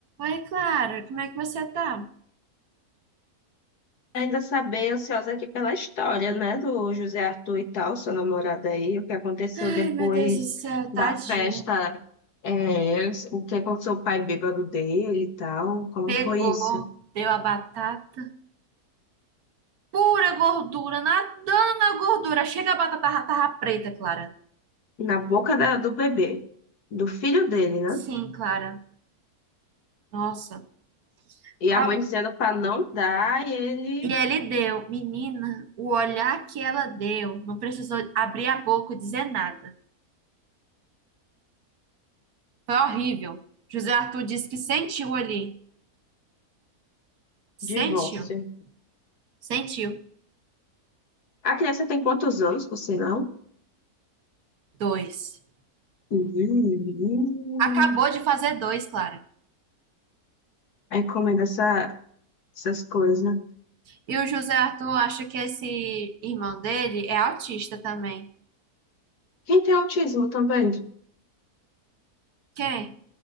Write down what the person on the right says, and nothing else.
Oi, Clara, como é que você tá?
Ai,
meu Deus do céu, tadinho.
Pegou,
deu a batata. Pura gordura, nadando na gordura. Chega a batata ra- tava preta, Clara.
Sim, Clara. Nossa.
Ó,
e ele deu, menina, o olhar que ela deu, não precisou abrir a boca e dizer nada. Foi horrível. José Arthur disse que sentiu ali.
Sentiu, sentiu.
Dois.
Acabou de fazer dois, Clara.
E o José Arthur acha que esse irmão dele é autista também.
Quem?